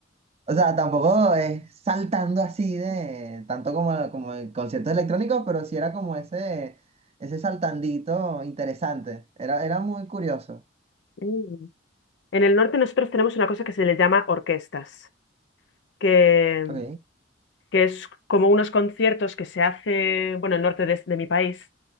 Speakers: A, on the right; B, on the left.
A: O sea, tampoco es saltando así de tanto como, como en conciertos electrónicos, pero sí era como ese, ese saltandito interesante. Era, era muy curioso.
B: Mm. En el norte nosotros tenemos una cosa que se le llama orquestas, que,
A: Ok.
B: que es como unos conciertos que se hace, bueno, en el norte de, de mi país,